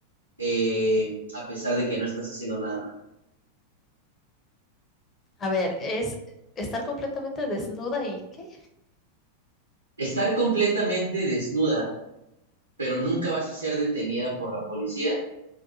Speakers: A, on the right; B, on the left.
A: eh, a pesar de que no estás haciendo nada malo?
B: A ver, es estar completamente desnuda y ¿qué?
A: ¿Estar completamente desnuda, pero nunca vas a ser detenida por la policía?